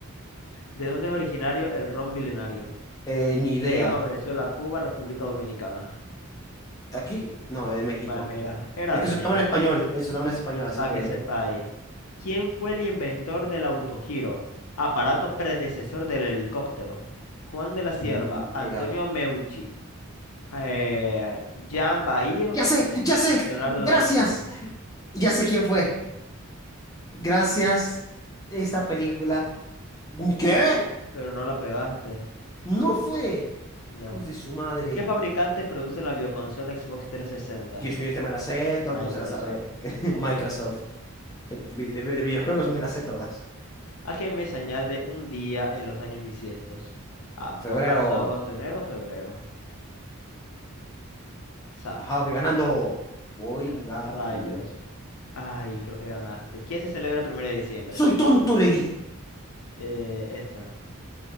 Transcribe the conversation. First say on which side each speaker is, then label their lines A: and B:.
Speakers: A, on the left; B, on the left.
A: ¿De dónde es originario el ron milenario?
B: eh, ni idea.
A: México, Venezuela, Cuba, República Dominicana.
B: Aquí, no, es de México.
A: Pues mira, era
B: Es
A: de
B: que sonaba
A: México.
B: en español, eh, sonaba en español, así
A: Para
B: que...
A: que sepáis, ¿quién fue el inventor del autogiro, aparato predecesor del helicóptero? Juan de la Cierva,
B: Mm,
A: Antonio
B: ya.
A: Meucci, eh, Jean Bail
B: Ya sé,
A: o
B: ya sé,
A: Leonardo
B: gracias.
A: da Vinci.
B: Ya sé quién fue. Gracias, esta película. ¿Qué?
A: Pero no la pegaste,
B: No fue.
A: no.
B: Hijos de su madre.
A: ¿Qué fabricante produce la videoconsola Xbox 360?
B: Dios mío, este me la sé, todo
A: Microsoft.
B: el mundo se la sabe. <laughs>
A: Microsoft.
B: Microsoft. Eh, De, de videojuegos me las sé todas.
A: ¿A qué mes añade un día en los años bisiestos? A,
B: Febrero.
A: a marzo, agosto, enero, febrero. Exacto.
B: Ajá, voy ganando. Voy
A: Ya,
B: ganando.
A: Rayos. Ay, creo que ganaste. ¿Qué se celebra el primero de diciembre?
B: Soy tonto, le di.
A: Eh, esta.